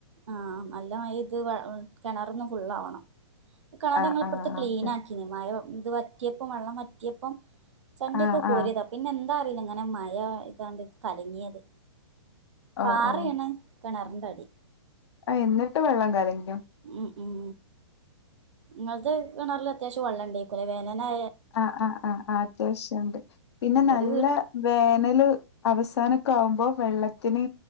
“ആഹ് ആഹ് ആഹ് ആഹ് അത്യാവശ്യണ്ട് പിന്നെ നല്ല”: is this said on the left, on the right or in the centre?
Left